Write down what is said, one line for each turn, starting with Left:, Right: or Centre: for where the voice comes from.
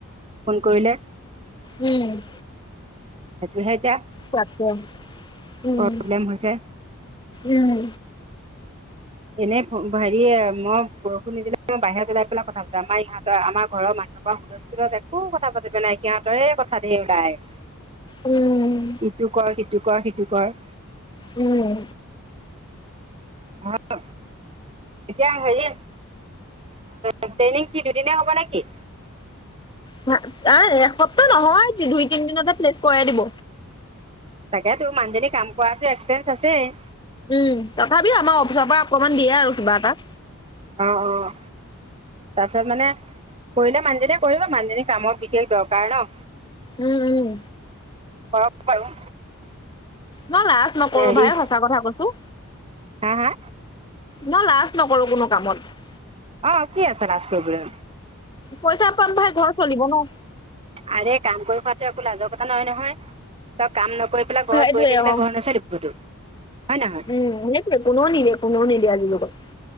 Right: ফোন কৰিলে।
Left: উম
Right: সেইটোহে এতিয়া।
Left: তাকে উম
Right: প্ৰব্লেম হৈছে
Left: উম।
Right: এনে হেৰি মই বৰষুণ নিদিলে মই বাহিৰত ওলাই পেলাই কথা পাতো আমাৰ ইহঁতৰ আমাৰ ঘৰৰ মানুহৰ পৰাও হুলস্থূলত একো কথা পাতিব নোৱাৰি সিহঁতৰে কথা ধেৰ ওলাই।
Left: উম।
Right: ইটো কৰ সিটো কৰ সিটো কৰ।
Left: উম
Right: হা <unintelligible> এতিয়া হেৰি ট্ৰেইনিং কি দুদিনে হ'ব নে কি?
Left: <unintelligible> এ এসপ্তাহ নহয়, দুই-তিনিদিনতে প্লেচ কৰাই দিব।
Right: তাকেতো মানুজনী কাম কৰাতো এক্সপিৰিয়েঞ্চ আছেই।
Left: উম, তথাপিও আমাৰ অফিচৰ পৰা অকণমান দিয়ে আৰু কিবা এটা।
Right: অ', অ'। তাৰপিছত মানে কৰিলে মানুহজনীয়ে কৰিব, মানুহজনীৰ কামৰ বিশেষ দৰকাৰ ন।
Left: উম, উম।
Right: কৰক বাৰু।
Left: মই লাজ নকৰোঁ
Right: হেৰি
Left: ভাই সঁচা কথা কৈছো।
Right: হা হা
Left: ন লাজ নকৰোঁ কোনো কামত।
Right: অ', কি আছে লাছ কৰিবলে?
Left: পইচা পাম ভাই, ঘৰ চলিব ন।
Right: আৰে কাম কৰি খোৱাাতটো একো লাজৰ কথা নহয় নহয়, তই কাম নকৰি পেলাই
Left: সেইটোৱে
Right: ঘৰত বহি থাকিলে
Left: অ
Right: ঘৰ নচলেতো। হয় নহয়?
Left: উম, সেইটোৱে, কোনেও নিদিয়ে, কোনেও নিদিয়ে আজিৰ যুগত।